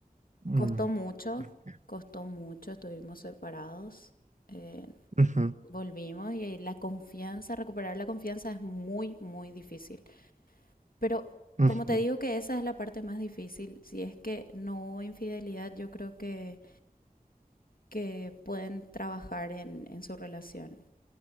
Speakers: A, on the right; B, on the left.
A: Mm.
B: Costó mucho,
A: Ok.
B: costó mucho, estuvimos separados, eh,
A: Ujú,
B: volvimos y la confianza, recuperar la confianza es muy, muy difícil. Pero
A: ujú.
B: como te digo que esa es la parte más difícil, si es que no hubo infidelidad, yo creo que que pueden trabajar en, en su relación.